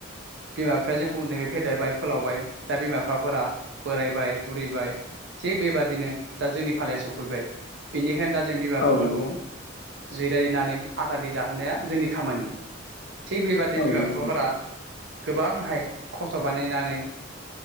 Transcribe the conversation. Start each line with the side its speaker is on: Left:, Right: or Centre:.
Right: बिमा बिफाया जोंखौ उन्दैनिफ्राय फेदेरबाय फोलावबाय दा बिमा बिफाफोरा बोरायबाय बुरिबाय थिग बेबादिनो दा जोंनि फालाया सफैबाय बेनिखायनो दा जों बिमा बिफाफोरखौ
Left: औ नंगौ
Right: जिरायनानै आजादि जाहोनाया जोंनि खामानि। थिग बेबादि
Left: औ
Right: फिफाफोरा
Left: नंगौ
Right: गोबांहाय खस्थ' बानायनानै